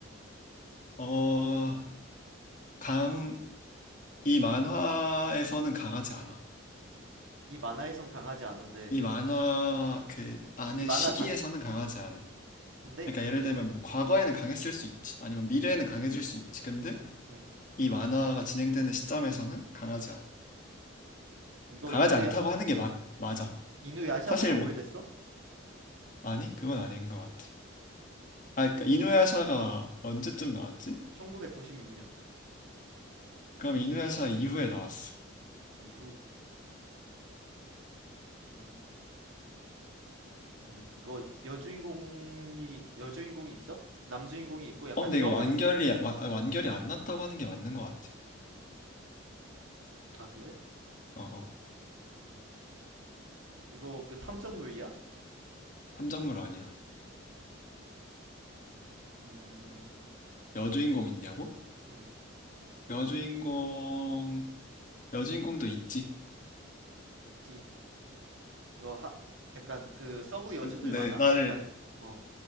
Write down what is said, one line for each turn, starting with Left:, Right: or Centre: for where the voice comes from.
Left: 어, 어, 강, 이 만화에서는 강하지 않아.
Right: 이 만화에선 강하지 않은데
Left: 이 만화 그 안의
Right: 이 만화
Left: 시기에서는
Right: 자
Left: 강하지 않아.
Right: 근데
Left: 그러니까 예를 들면 뭐 과거에는
Right: 어,
Left: 강했을 수 있지. 아니면 미래에는 강해질 수 있지. 근데
Right: 음,
Left: 이 만화가 진행되는 시점에서는 강하지 않아.
Right: 이거
Left: 강하지
Right: 이누야
Left: 않다고 하는 게 마, 맞아.
Right: 이누야샤보다
Left: 사실
Right: 오래됐어?
Left: 뭐 아니? 그건 아닌 것 같아. 아, 그러니까 이누야샤가 언제쯤 나왔지?
Right: 1996년
Left: 그럼 이누야샤 이후에 나왔어.
Right: 이후. 음. 음, 이거 여주인공이 여주인공이 있어? 남주인공이 있고 약간
Left: 어, 근데
Right: 서브
Left: 이거 완결이
Right: 여주.
Left: 와- 아, 완결이 안 났다고 하는 게 맞는 것 같아.
Right: 아, 그래?
Left: 어, 어.
Right: 이거 그 탐정물이야?
Left: 탐정물 아니야.
Right: 음,
Left: 여주인공 있냐고?
Right: 음,
Left: 여주인공, 여주인공도 있지.
Right: 있지. 이거 하, 약간 그 서브 여주들
Left: 근데
Right: 많아?
Left: 나를,
Right: 약간 어,